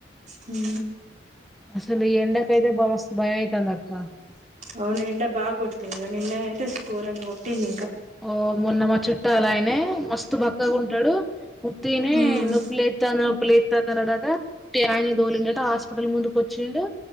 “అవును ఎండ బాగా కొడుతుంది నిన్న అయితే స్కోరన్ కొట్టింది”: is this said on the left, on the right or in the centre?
Right